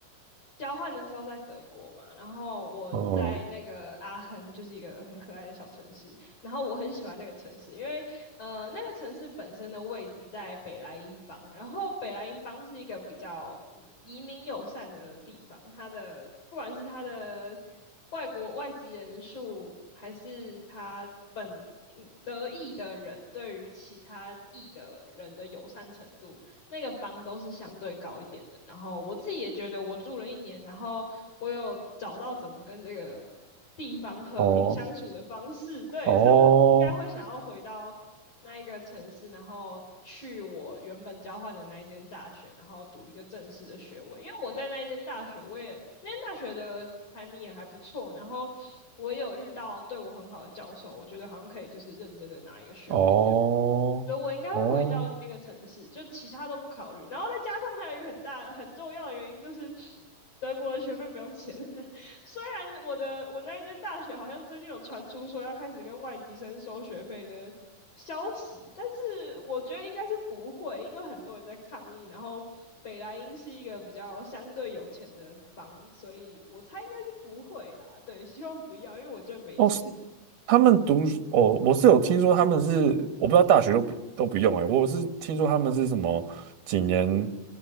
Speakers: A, on the left (about 45°); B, on the right (about 75°).
A: 交换的时候在德国嘛，然后我在那个阿亨，
B: 嗯，
A: 就是一个很可爱的小城市，然后我很喜欢那个城市，因为呃，那个城市本身的位置在北莱茵邦，然后北莱茵邦是一个比较嗯移民友善的地方，它的不管是它的外国外籍人数，还是它本嗯德裔的人对于其他裔的人的友善程度，那个帮都是相对高一点的。然后我自己也觉得，我住了一年，然后我有找到怎么跟这个地方和平相处的方式，
B: 哦
A: 对，
B: 哦。
A: 所以我应该会想要回到那一个城市，然后去我原本交换的那一间大学，然后读一个正式的学位。因为我在那一间大学，我也那间大学的排名也还不错，然后我也有遇到对我很好的教授，我觉得好像可以就是认真的拿一个学位这样。
B: 哦，
A: 所以我应该会回到那个城市，
B: 哦，
A: 就其他都不考虑。然后再加上还有一个很大很重要的原因就是德国的学费不用钱。<laughs> 虽然我的我那一间大学好像最近有传出说要开始跟外籍生收学费的消息，但是我觉得应该是不会，因为很多人在抗议。然后北莱茵是一个比较相对有钱的邦，所以我猜应该是不会啦。对，希望不要，因为我真的没钱。
B: 哦，是他们读书哦，我是有听说他们是，我不知道大学都不都不用哎、我是听说他们是什么几年，